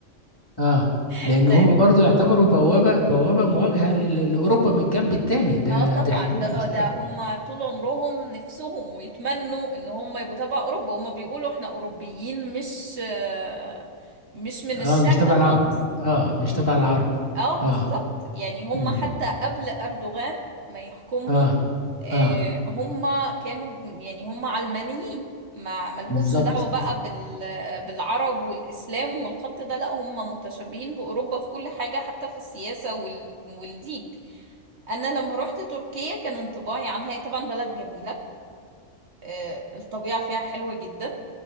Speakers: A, on the left; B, on the right.
A: اه
B: <laughs>
A: لان
B: تقريبا
A: هما برضو يعتبروا بوابة بوابة مواجهة لل- لأوروبا من الجنب التاني ده
B: اه طبعا
A: ده حدود
B: ده
A: مشتركة
B: آه، ده هم طول عمرهم نفسهم ويتمنوا ان هم يبقوا تبع اوروبا هم بيقولوا احنا اوروبيين مش آه، مش من
A: اه
B: الشرق
A: مش تبع العرب
B: خالص
A: اه مش تبع العرب
B: اه بالظبط
A: اه
B: يعني هم
A: مم.
B: حتى قبل أردوغان ما يحكمهم
A: اه
B: آه،
A: اه
B: هم كانوا ب- يعني هم علمانيين ما ملهمش
A: بالظبط
B: دعوة بقى بال بالعرب والإسلام والخط ده لا هم متشابهين بأوروبا في كل حاجة حتى في السياسة وال والدين أنا لما روحت تركيا كان انطباعي عنها هي طبعا بلد جميلة آه، الطبيعة فيها حلوة جدا